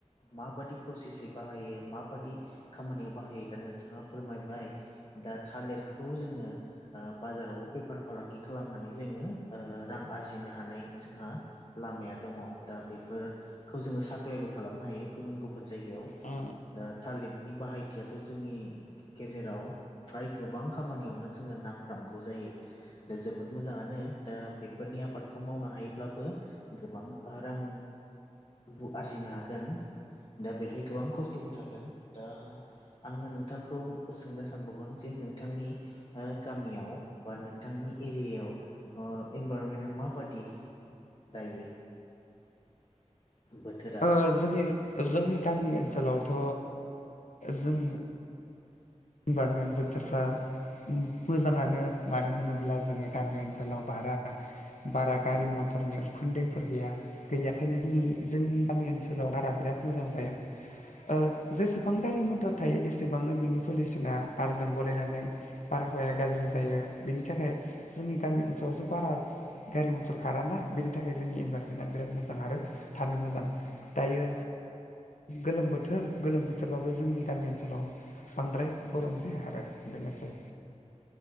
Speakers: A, on the left (about 45°); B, on the left (about 85°).
A: माबादि प्रसेसै बाहायो माबादि खामानियाव बाहायो दा नोंथाङा फोरमायबाय दा थालिरखौ जोङो ओ बाजारावबो बेफार फालांगि खालामनानै जोङो ओ रां आरजिनो हानाय जोंहा लामाया दङ दा बेफोरखौ जोङो साप्लायबो खालामनो हायो गुबुन गुबुन जायगायाव
B: ओ
A: दा थालिटनि बाहायथियाथ' जोंनि गेजेराव फ्राय गोबां खामानियावनो जोंनो नांफ्रामगौ जायो। दा जोबोद मोजाङानो दा बेफोरनि आबादखौ मावनो हायोब्लाबो गोबां रां बु आरजिनो हागोन। गोन दा बेवहाय गोबां खस्थ'बो थागोन दा। आङो नोंथांखौ सोंनो सानबावगोन। जे नोंथांनि ओ गामियाव बा नोंथांनि एरियायाव ओ इनभारमेनआ माबादि दायो? बोथोरा
B: ओ जोंनि जोंनि गामि ओनसोलावथ' जों इबारमेन्ट बोथोरफ्रा मोजाङानो मानो होनोब्ला जोंनि गामि ओनसोलाव बारा बारा गारि मथरनि उखुन्दैफोर गैया। गैयाखायनो जों जोंनि गामि ओनसोलाव बारा बिराद मोजां जायो। जेसेबां गारि मटर थायो। एसेबांनो बिनि पलिसना बारजों गलायनानै बारहावाया गाज्रि जायो। बेनि थाखाय जोंनि गामि ओनसोलावथ' बारा गारि मथर खाराना बेनि थाखाय जोंनि इनभाइरमेन्टआ बिराद मोजां आरो थानो मोजां दायो गोलोम बोथोर गोलोम बोथोरबाबो जोंनि गामि ओनसोलाव बांद्राय गरम जाया आरो बेनोसै